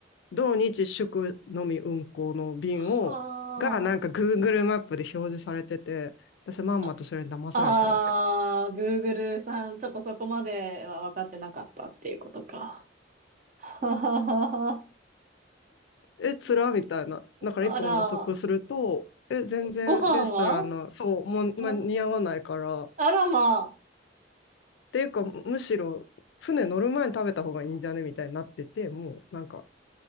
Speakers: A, on the left; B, on the right.
A: 同日祝のみ運行の便を、
B: は
A: が、なんか Google マップで表示されてて、私まんまとそれに騙されたわけ。
B: あ。あ、あー、Google さん、ちょっとそこまでは分かってなかったっていうことか。<laughs> はははは。
A: え、つらみたいな。だから一本遅くすると、
B: あら、
A: え、全然レストランの、
B: ご飯は
A: そう、もう、
B: あ、
A: ま、似合わないから。っ
B: あらま
A: ていうか、むしろ、船乗る前に食べた方がいいんじゃねみたいになってて、もうなんか、